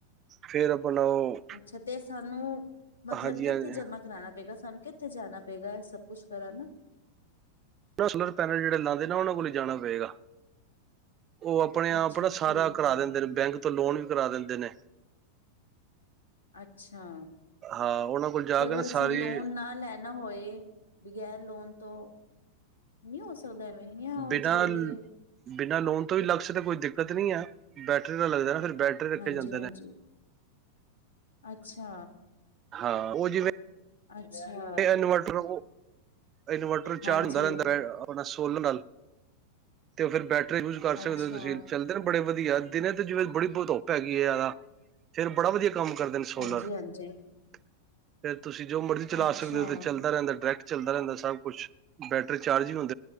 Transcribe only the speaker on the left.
ਅੱਛਾ ਤੇ ਸਾਨੂੰ ਮਤਲਬ,
ਕਿੱਥੇ
ਜਮਾ ਕਰਾਉਣਾ ਪਏਗਾ, ਸਾਨੂੰ ਕਿੱਥੇ ਜਾਣਾ ਪਏਗਾ ਸਭ ਕੁੱਛ ਕਰਨ?
ਅੱਛਾ
ਠੀਕ
ਏ
ਅੱਛਾ!
ਤੇ
ਅਗਰ
ਅਸੀਂ
ਲੋਨ ਨਾ ਲੈ ਨਾ ਹੋਏ ਬਗੈਰ ਲੋਨ ਤੋਂ ਨਹੀਂੀ ਹੋ ਸਕਦਾ ਐਵੇਂ, ਉਹ
ਜ਼ਰੂਰੀ ਹੈ?
ਹਾਂਜੀ
-ਹਾਂਜੀ।
ਅੱਛਾ
ਅੱਛਾ।
ਹਾਂਜੀ
ਅੱਛਾ
ਹਾਂਜੀ ਹਾਂਜੀ
ਅੱਛਾ